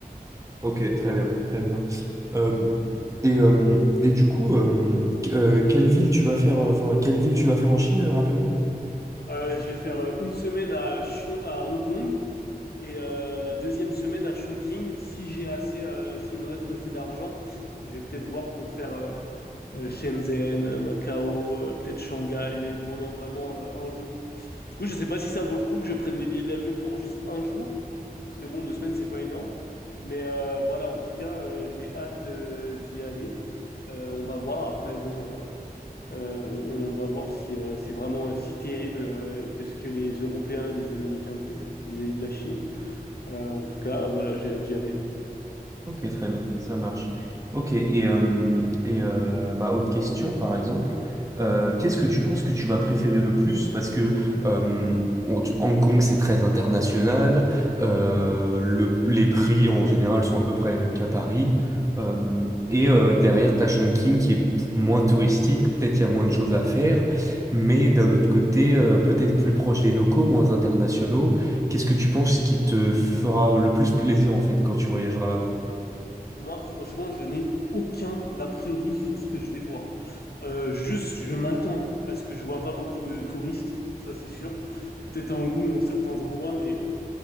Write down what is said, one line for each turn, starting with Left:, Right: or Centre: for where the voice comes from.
Right: Ok, très bien, très bien. Euh, et, euh, et du coup, euh, qu- euh, quelle ville tu vas faire, euh, enfin, quelle ville tu vas faire en Chine, euh, rappelle-moi?
Left: Euh, je vais faire euh, une semaine à, Shon- à Hong Kong et euh, la deuxième semaine à Chongqing. Si j'ai assez, euh, s'il me reste assez d'argent, je vais peut-être voir pour faire euh, euh, Shenzhen, euh, Macao, euh, peut-être Shanghai, mais pendant vraiment euh, un jour. Du coup, je sais pas si ça vaut le coup que je prenne des billets d'avion pour juste un jour, parce que bon, deux semaines, c'est pas énorme. Mais euh, voilà, en tout cas, euh, j'ai hâte euh, d'y aller. Euh, on va voir. Après, bon. euh, Euh, on, on va voir si euh, c'est vraiment euh, si terrible euh, que ce que les Européens et les Américains disent vis-à-vis de la Chine. Euh, en tout cas, voilà, j'ai hâte d'y aller.
Right: Ok, très bien, ça marche. Ok, et, euh, et euh, bah, autre question, par exemple, Euh, qu'est-ce que tu penses que tu vas préférer le plus? Parce que euh, on- tu- Hong Kong, c'est très international, euh, le- les prix en général sont à peu près les mêmes qu'à Paris, Euh, et euh, derrière, t'as Chongqing qui est moins touristique, peut-être il y a moins de choses à faire, mais d'un autre côté, euh, peut-être plus proche des locaux, moins internationaux. Qu'est-ce que tu penses qui te fera le plus plaisir en fait quand tu voyageras là-bas?
Left: Moi, franchement, je n'ai aucun a priori sur ce que je vais voir. Euh, juste, je m'attends à ce que je vois pas beaucoup de touristes, ça c'est sûr. Peut-être à Hong Kong dans certains endroits, mais